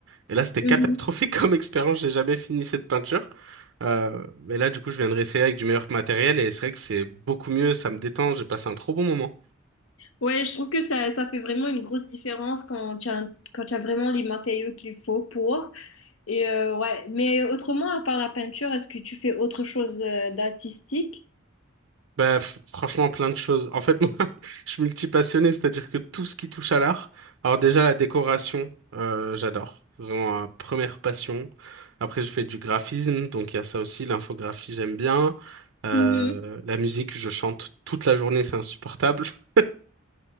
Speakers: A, on the right; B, on the left.
A: Et là, c'était
B: Mhm.
A: catastrophique <laughs> comme expérience. J'ai jamais fini cette peinture. Euh, mais là, du coup, je viens de réessayer avec du meilleur matériel et c'est vrai que c'est beaucoup mieux. Ça me détend. J'ai passé un trop bon moment.
B: Ouais, je trouve que ça, ça fait vraiment une grosse différence quand tu as, un- quand tu as vraiment les matériaux qu'il faut pour. Et euh, ouais, mais autrement, à part la peinture, est-ce que tu fais autre chose, euh, d'artistique?
A: Bah, f- franchement, plein de choses. En fait, <laughs> moi, je suis multipassionné, c'est-à-dire que tout ce qui touche à l'art. Alors déjà, la décoration, euh, j'adore. Vraiment, ma première passion. Après, je fais du graphisme, donc il y a ça aussi. L'infographie, j'aime bien. Euh,
B: Mhm.
A: la musique, je chante toute la journée, c'est insupportable. <laughs>